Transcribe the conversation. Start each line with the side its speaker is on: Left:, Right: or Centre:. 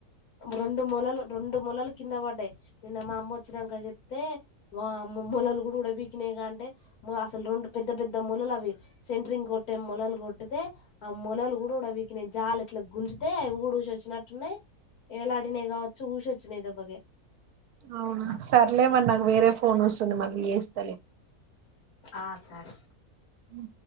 Left: రెండు మొలలు రెండు మొలలు కింద పడ్డాయి నిన్న మా అమ్మ వచ్చినాక చెప్తే వా అమ్మ మొలలు కూడా ఉడవీకినాయిగా అంటే అసలు రెండు పెద్ద పెద్ద మొలలు అవి సెంటరింగ్ కొట్టే మొలలు కొట్టితే ఆ మొలలు కూడా ఉడబీకినాయి జాల ఇట్లా గుంజుతే అవి కూడా ఉసివచ్చినట్టు ఉన్నాయ్ ఎలాడినాయి కావచ్చు ఊషొచ్చిన దెబ్బకే
Right: అవునా సర్లేమరి నాకు వేరే ఫోన్ వస్తుంది మళ్ళీ చేస్తలే
Left: ఆ సరే
Right: హ